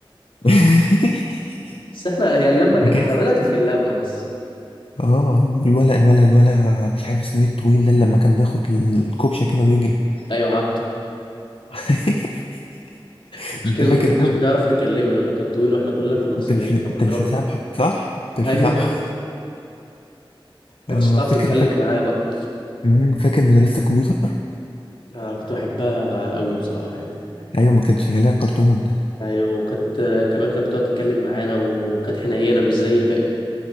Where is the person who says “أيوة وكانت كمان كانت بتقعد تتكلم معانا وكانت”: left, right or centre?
Left